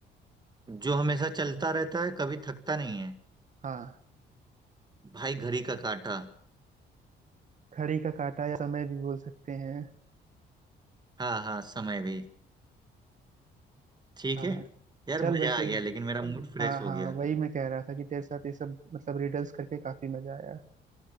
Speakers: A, on the right; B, on the right.
A: जो हमेशा चलता रहता है कभी थकता नहीं है
B: हाँ
A: भाई घड़ी का काटा
B: घड़ी का काटा या समय भी बोल सकते हैं
A: हाँ हाँ समय भी ठीक
B: हाँ
A: है यार
B: चल
A: मजा
B: वैसे
A: आ गया लेकिन मेरा मूड फ्रेश
B: हाँ
A: हो
B: हाँ
A: गया
B: वही मैं कह रहा था कि तेरे साथ ये सब मतलब रिडल्स करके काफी मजा आया